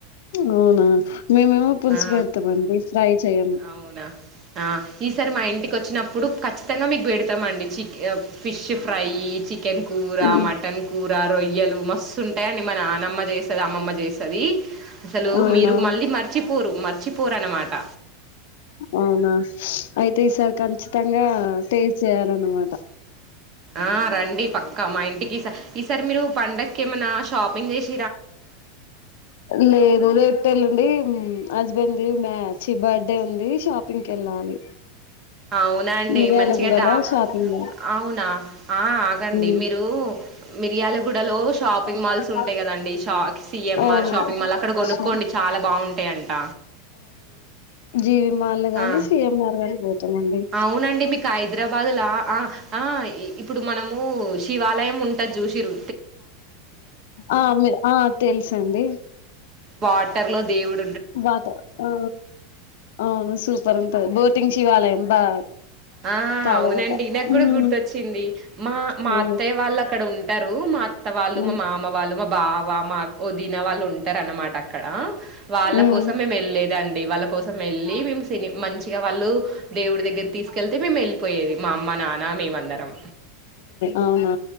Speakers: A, on the left; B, on the right.
A: అవునా మేమేమో పులుసు
B: ఆ
A: పెడతామండి ట్రై చేయం
B: అవునా ఆ ఈసారి మా ఇంటికి వచ్చినప్పుడు ఖచ్ ఖచ్చింగా మీకు పెడతామం <unintelligible> ఫిష్ ఫ్రై చికెన్ కూరా
A: ఉమ్
B: మటన్ కూర్ ఆ రొయ్యలు మస్తు ఉంటాయండి మా నానమ్మ చేస్తది అమ్మమ్మ చేస్తది అసలు
A: అవునా
B: మీరు మళ్ళీ మర్చి పూరు మర్చి పూరణం అక్క
A: అవునా అయితే ఈ సార్ కం ఖచ్చితంగా తేజ్ చేయాలన్నమాట
B: ఆ రండి పక్కా మా ఇంటికి ఈసా ఈసారి మీరు పండక్కి ఏమన్నా షాపింగ్ చేసి
A: లేదుదేట్టేళండి <unintelligible> హస్బెండ్ ది మ్యా ఛీ బర్త్డే ఉంది షాపింగ్ కి వెళ్ళాలి
B: అవునండి
A: మిర్యాలగూడలో
B: మంచిగా దా
A: షాపింగ్
B: అవునా ఆ ఆగండి
A: ఉమ్
B: మీరూ మిర్యాలగూడ లో షాపింగ్
A: ఉమ్
B: మాల్స్ ఉంటాయి కదండి షా సిఎంఆర్
A: అవును
B: షాపింగ్ మాల్ అక్కడ కొనుక్కోండి
A: సో
B: చాలా బాగుంటాయంట
A: జీవిమాల్లు గాని
B: ఆ
A: సిఎంఆర్ గాని పోతామండి
B: అవునండి మీకు హైదరాబాద్లా ఆ ఆ ఇ ఇప్పుడు మనమూశ్ శివాలయం ఉంటది జూషిరు
A: ఆ ఆ తెలుసండి
B: వాటర్లో దేవుడ్
A: వాత ఆ అవును సూపర్ ఉంటది బోటింగ్ శివాలయం బా
B: ఆ
A: తాళగట్ట
B: అవునండి నాకు కూడా
A: మ్మ్
B: గుర్తొచ్చింది మా మా
A: అవును
B: అత్తయ్య వాళ్ళక్కడ ఉం ంటారు మా <unintelligible> వాళ్ళు
A: మ్మ్
B: మా మామవాళ్ళు మా బావ మా అక్ వదిన వాళ్ళు ఉంట అన్నమాటా <unintelligible> అక్కడ వాళ్ళ
A: మ్మ్
B: కోసం మేము వెళ్ళలేదాండి వాళ్ళ కోసం వెళ్ళి మే మంచిగా వాళ్ళు దేవుడి దగ్గర తీసుకెళ్తే మేము వెళ్ళిపోయేది మా అమ్మ నాన్న మేమ అందరం
A: అవునా